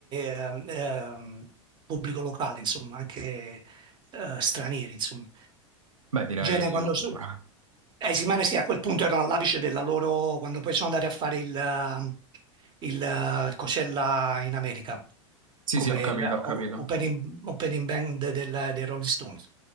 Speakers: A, on the right; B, on the right.
A: ehm, ehm, pubblico locale, insomma, anche eh, stranieri, insomma.
B: Beh, direi
A: In genere quando...
B: comunque.
A: su- eh, sì, ma sì, a quel punto erano all'apice della loro, quando poi sono andati a fare il, il, eh, il Coachella in America
B: Sì,
A: come
B: sì, ho capito,
A: Sì.
B: ho capito.
A: o- opening, opening band del- dei Rolling Stones.